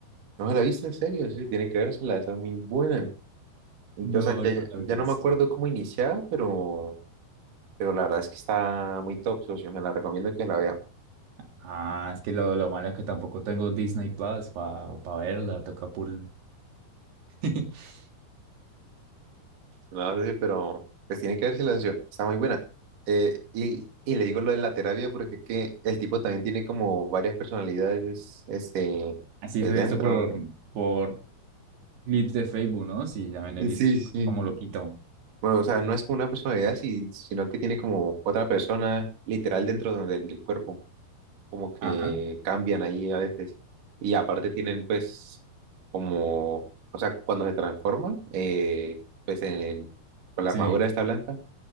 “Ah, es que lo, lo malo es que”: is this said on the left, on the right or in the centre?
Right